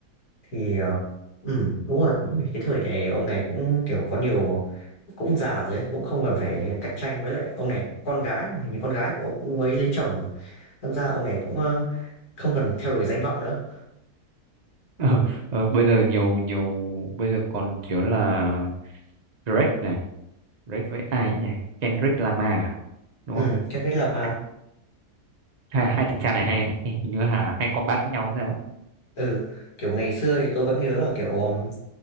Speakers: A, on the left (about 65°); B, on the right (about 70°).
A: Thì, ờ, ừm, đúng rồi, đúng cái thời này ông này cũng, kiểu, có nhiều cũng già rồi ấy, cũng không cần phải cạnh tranh với lại ông này con gái, mà hình như con gái của ông cũng mới lấy chồng rồi, đâm ra ông này cũng, ơ, không cần theo đuổi danh vọng nữa.
B: Ờ, ờ, bây giờ nhiều nhiều bây giờ còn thiếu là Drake này Drake với ai ấy nhỉ Kendrick Lamar à? đúng
A: Ừm,
B: không
A: Kendrick Lamar.
B: hai hai, hai thằng cha này hay hình như là hay combat với nhau sao ấy.
A: Ừ, kiểu, ngày xưa thì tôi vẫn nhớ là, kiểu, ờm,